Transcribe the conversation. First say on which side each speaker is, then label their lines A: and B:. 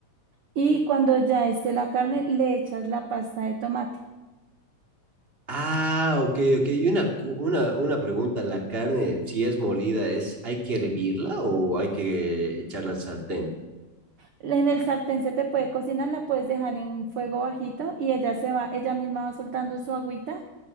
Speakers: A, on the right; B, on the right.
A: Y cuando ya esté la carne, le echas la pasta de tomate.
B: Ah, ok, ok. Y una, cu- una, una pregunta, ¿la carne, si es molida, es, hay que hervirla o hay que echarla al sartén?
A: En el sartén se te puede cocinar, la puedes dejar en fuego bajito y ella se va, ella misma va soltando su agüita